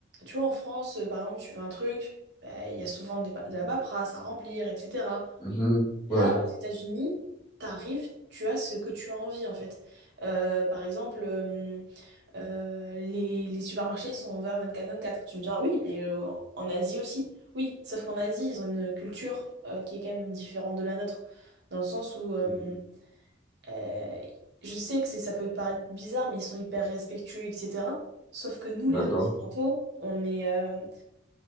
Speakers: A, on the right; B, on the left.
A: Tu vois, en France, euh, par exemple, tu veux un truc, bah, il y a souvent des pa- de la paperasse à remplir, etc.
B: Mhm.
A: Là,
B: Ouais.
A: aux États-Unis, t'arrives, tu as ce que tu as envie, en fait. Euh, par exemple... euh, Euh, les, les supermarchés sont ouverts vingt-quatre vingt-quatre. Tu me diras, oui, mais euh, en Asie aussi. Oui, sauf qu'en Asie, ils ont une culture euh, qui est quand même différente de la nôtre. Dans le sens où, euh,
B: Mhm.
A: euh, je sais que c'est- ça peut te paraître bizarre, mais ils sont hyper respectueux, etc. Sauf que nous,
B: D'accord.
A: les Occidentaux, on est, euh,